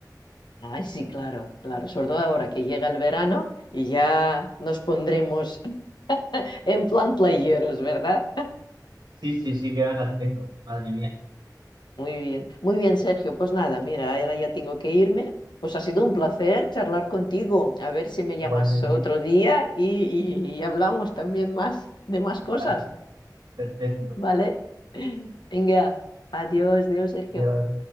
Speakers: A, on the left; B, on the right.
A: Ay, sí, claro, claro, sobre todo ahora que llega el verano y ya nos pondremos <laughs> en plan playeros, ¿verdad?
B: Sí, sí, sí, qué ganas tengo, madre mía,
A: Muy bien, muy bien, Sergio. Pues nada, mira, ahora ya tengo que irme. Pues ha sido un placer charlar contigo. A ver si me llamas
B: igualmente.
A: otro día y, y- y hablamos también más de más
B: <laughs>
A: cosas,
B: Vale, perfecto.
A: ¿vale? <laughs> Venga, adiós, adiós, Sergio.
B: Adiós.